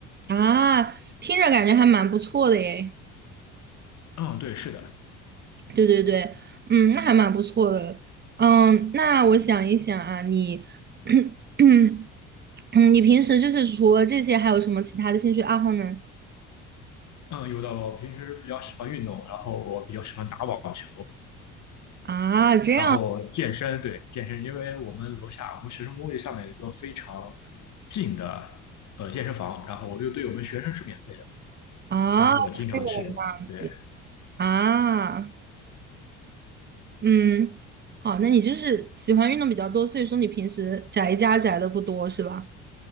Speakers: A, on the right; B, on the left.
A: 啊，听着感觉还蛮不错的耶。
B: 嗯，对，是的。
A: 对对对，嗯，那还蛮不错的。嗯，那我想一想啊，你，<clears throat> 嗯，你平时就是除了这些，还有什么其他的兴趣爱好呢？
B: 嗯，有的。我平时比较喜欢运动，然后我比较喜欢打网球。
A: 啊，这样
B: 然后健身，对，健身，因为我们楼下我们学生公寓上面有一个非常近的呃健身房，然后又对我们学生是免费的，
A: 啊，
B: 所以说我经常去，
A: 这个样子
B: 对，
A: 啊，嗯，好，那你就是喜欢运动比较多，所以说你平时宅家宅的不多是吧？